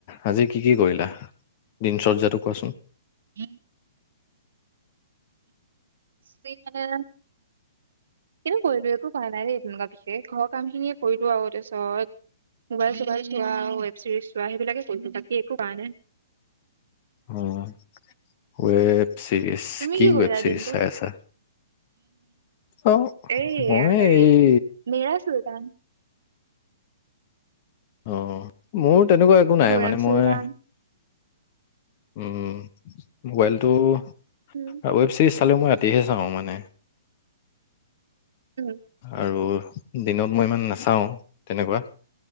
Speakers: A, on the left; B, on the right.
A: আজি কি কি কৰিলা দিনচৰ্যটো কোৱাচোন?
B: <inaudible> ফেক মানে কিনো কৰিলো একো কৰা নাই দেই তেনেকুৱা বিশেষ, ঘৰৰ কাম খিনিয়ে কৰিলো আৰু তাৰপিছত মোবাইল চবাইল চোৱা, আ ৱেব চিৰিজ চোৱা সেইবিলাকে কৰিলো বাকি একো কৰা নাই।
A: অ ' উয়েব। চিৰিজ
B: তুমি
A: কি
B: কৰিলা
A: ৱেব চিৰিজ
B: দিনটো?
A: চাই আছা অ
B: এইয়া
A: মই
B: হেৰি
A: এই।
B: মেৰা চুলতান।
A: অ' মোৰ তেনেকুৱা একো নাই
B: হুৰাম
A: মানে
B: চুলতান।
A: মই উম মোবাইলটো Web
B: উম।
A: series. চলে মই ৰাতিহে চাওঁ মানে।
B: উম,
A: আৰু। দিনত মই ইমান নাচাও তেনেকুৱা।